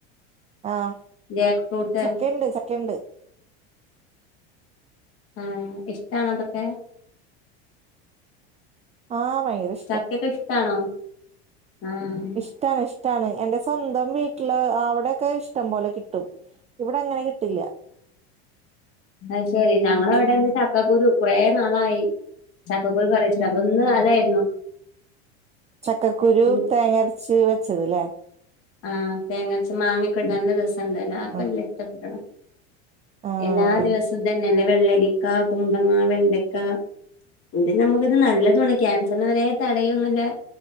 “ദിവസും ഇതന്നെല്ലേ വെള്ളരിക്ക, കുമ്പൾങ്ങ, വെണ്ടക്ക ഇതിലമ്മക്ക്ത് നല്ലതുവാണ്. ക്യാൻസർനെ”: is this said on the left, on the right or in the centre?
Left